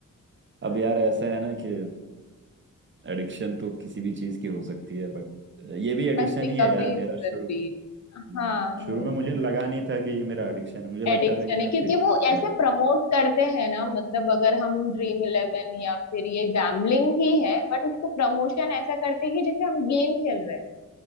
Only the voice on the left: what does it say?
बस रिकवरी
जरूरी
है
हाँ नहीं
एडिक्शन
है
क्योंकि
वो ऐसे
प्रमोट करते हैं ना मतलब अगर हम ड्रीम इलेवन या फिर ये गैम्बलिंग ही है बट उसको प्रमोशन ऐसा करते हैं कि जैसे हम गेम खेल रहे हैं